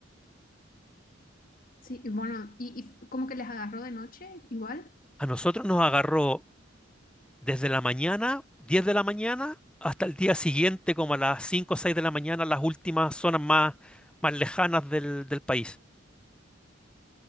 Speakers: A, on the left; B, in the centre.
A: Sí, y bueno, y, y f- como que les agarró de noche igual.
B: A nosotros nos agarró desde la mañana, 10 de la mañana, hasta el día siguiente, como a las 5 o 6 de la mañana, las últimas zonas más, más lejanas del, del país.